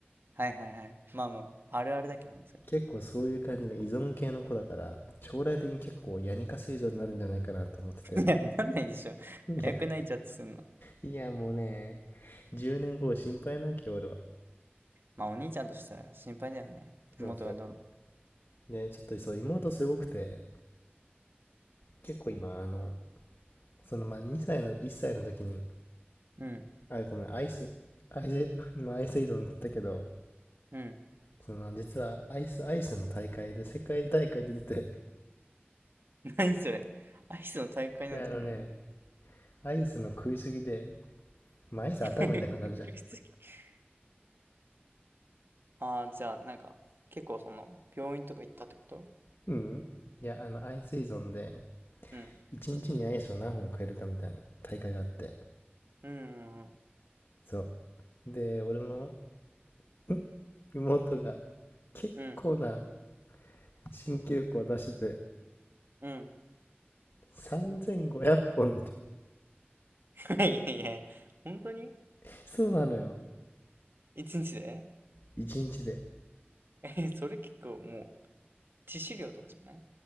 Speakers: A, on the right; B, on the left.
A: はいはいはい。まあまあ、あるあるだけどね、それは。
B: 結構そういう感じの依存系の子だから、将来的に結構ヤニカス依存になるんじゃないかなと思ってて。
A: <laughs> いや、なんないでしょ。
B: いや、
A: 早く泣いちゃってすんの。
B: いやもうね、10年後心配なきゃ俺は。
A: まあ、お兄ちゃんとしては心配だよね。
B: でもそう。
A: 妹がどうな
B: で、ちょっとそう、妹すごくて、結構今、あの、そのまあ2歳の、1歳の時に、
A: うん、うん、
B: あ、ごめん、アイス、アイス、<laughs> 今アイス依存って言ったけど、
A: うん。
B: その実はアイス、アイスの大会で、世界大会で出て、
A: <laughs> 何それ。アイスの大会なんてやんの
B: いや、あのね、アイスの食いすぎで、まあアイス頭痛くなるじゃん。
A: <laughs> ああー、じゃあ、なんか、結構その、病院とか行ったってこと
B: うん。いや、あの、アイス依存で、
A: うん、
B: 1日にアイスを何本買えるかみたいな大会があって、
A: うん、うん、
B: そう。で、俺の、ん妹が、結構な
A: うん。
B: 新記録を出してて、
A: うん
B: 3500本って
A: <laughs> いやいやいや、本当に
B: <laughs>。そうなのよ。
A: 一日で
B: 1日で。
A: <laughs> え、それ結構もう、致死量とかじゃない